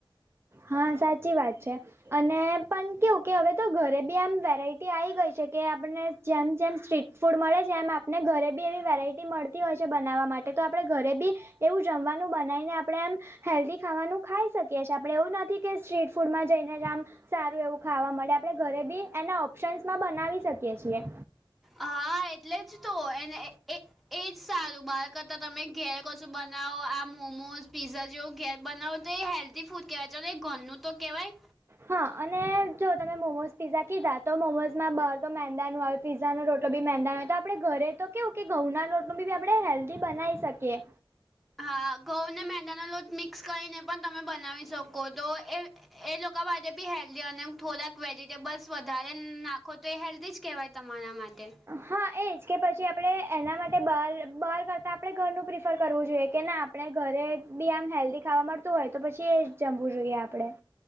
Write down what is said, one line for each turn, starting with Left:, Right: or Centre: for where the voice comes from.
Right: હા સાચી વાત છે. અને પણ કેવું કે હવે તો ઘરે બી આમ વેરાઈટી આવી ગઈ છે કે આપણને જેમ જેમ સ્ટ્રીટ. ફૂડ મળે છે એમ આપને ઘરે બી એવી વેરાઈટી. મળતી હોય છે બનાવવા માટે તો આપણે ઘરે બી એવું જમવાનું બનાવીને આપણે એમ. હેલ્ધી ખાવાનું ખાઈ શકીએ છીએ આપણે એવું નથી કે સ્ટ્રીટ ફૂડમાં જઈને જ આમ. સારું એવું ખાવા મળે આપણે ઘરે બી એના ઓપ્શન્સમાં બનાવી શકીએ છીએ.
Centre: હા એટલે જ તો એને એ. એજ સારું બાર કરતા તમે ઘેર કશું બનાવો આ મોમોઝ પીઝા જેવું ઘેર બનાવો. તો એ હેલ્ધી ફૂડ કહેવાય ચલો એ ઘરનું તો કહેવાય.
Right: હા અને જો તમે મોમોઝ પીઝા કીધા તો મોમોઝ માં બહાર તો મેંદાનું આવે. પીઝાનો રોટલો બી મેહેંદાનો હોય તો આપણે ઘરે તો કેવું કે ઘઉંના લોટનું બી બી આપણે હેલ્ધી બનાવી શકીએ.
Centre: હા ઘઉંને મેંદાનો લોટ મિક્સ કરીને પણ તમે બનાવી શકો તો એ. એ લોકો માટે બી હેલ્ધી અને થોડાક વેજીિટેબલ્સ વધારે નાખો તો એ હેલ્ધી જ કહેવાય. તમારા માટે.
Right: હા એ જ કે પછી આપણે એના માટે બહાર બહાર કરતાં આપણે ઘરનું પ્રિફર કરવું જોઈએ કે ના. આપણે ઘરે બી આમ હેલ્ધી ખાવા મળતું હોય તો પછી એ જમવું જોઈએ આપણે.